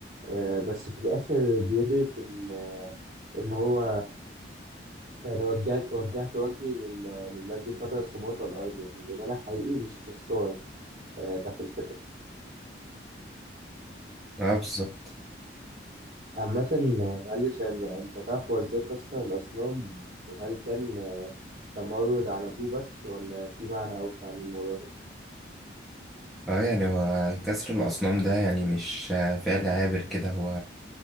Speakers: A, on the right; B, in the centre.
A: آه، بس في الآخر بيدرك إن آه، إن هو يعني وجهت وجهت وجهي لل- للذي فطر السماوات والأرض يعني الإيمان الحقيقي مش في الصور آه، ده في الفطرة
B: اه بالظبط
A: عامة آه، عندي سؤال بقى أنت تعرف هو إزاي كسر الأصنام وهل كان آه، تمرد على أبوه بس ولا في معنى أوسع للموضوع ده؟
B: اه يعني هو كسر الأصنام ده يعني مش آه، فعل عابر كده هو